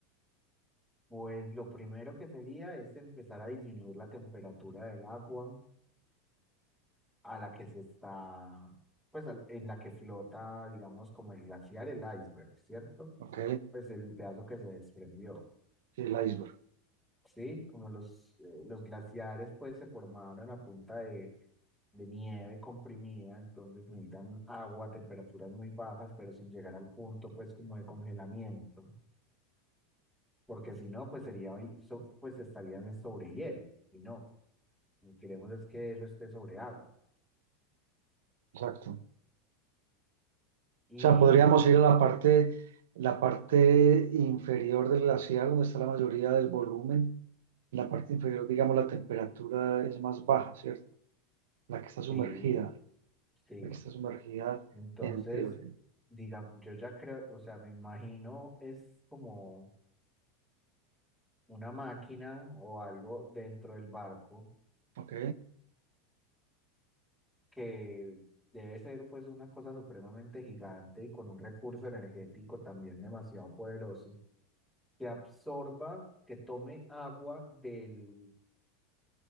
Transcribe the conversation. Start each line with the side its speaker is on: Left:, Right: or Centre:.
Centre: pues lo primero que sería es empezar a disminuir la temperatura del agua a la que se está, pues al- en la que flota, digamos, como el glaciar, el iceberg, ¿cierto?
Right: Ok,
Centre: Pues el pedazo que se desprendió.
Right: sí, el iceberg,
Centre: Sí, como los, eh, los glaciares pues se formaron a punta de, de nieve comprimida, entonces necesitan agua a temperaturas muy bajas, pero sin llegar al punto pues como de congelamiento, porque si no pues sería, hoy- so- pues estarían en sobre hielo, y no, lo que queremos es que eso esté sobre agua.
Right: exacto.
Centre: Y
Right: O sea, podríamos ir a la parte, la parte inferior del glaciar, donde está la mayoría del volumen. En la parte inferior, digamos, la temperatura es más baja, ¿cierto? La que está sumergida,
Centre: sí, sí,
Right: la que está sumergida
Centre: entonces,
Right: en teoría.
Centre: diga, yo ya creo, o sea, me imagino es como una máquina o algo dentro del barco
Right: ¿Ok?
Centre: que debe ser pues una cosa supremamente gigante y con un recurso energético también demasiado poderoso, que absorba, que tome agua del,